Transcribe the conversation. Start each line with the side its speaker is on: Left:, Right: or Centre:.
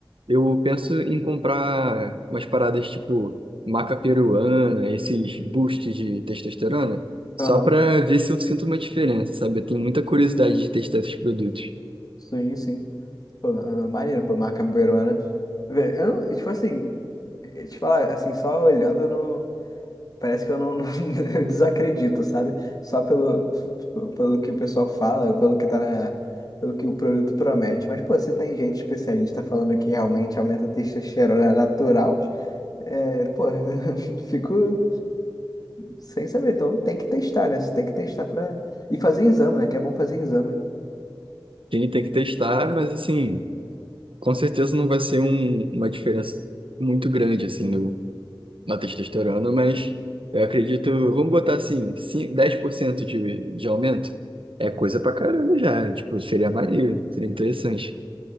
Right: Eu penso em comprar umas paradas tipo maca peruana, esses boosts de testosterona,
Left: Aham,
Right: só pra ver se eu sinto uma diferença, sabe? Eu tenho muita curiosidade de testar esses produtos.
Left: Sim, sim. Pô, ma- maneiro, pô, uma cambuerona. Vê, Eu não, e, tipo assim, eh, te falar, assim, só olhando, eu não, parece que eu não, não- <laughs> eu desacredito, sabe? Só pelo, pelo que o pessoal fala, ou pelo que tá na, pelo que o produto promete. Mas, pô, você tem gente especialista falando que realmente aumenta a testosterona natural, é, pô, <laughs> fico sem saber. Então tem que testar, né? Você tem que testar pra. E fazer exame, né? Que é bom fazer exame.
Right: Tem, tem que testar, mas assim, com certeza não vai ser um- uma diferença muito grande assim no, na testosterona, mas eu acredito, vamos botar assim, cin- 10% de, de aumento é coisa pra caramba já, tipo, seria maneiro, seria interessante.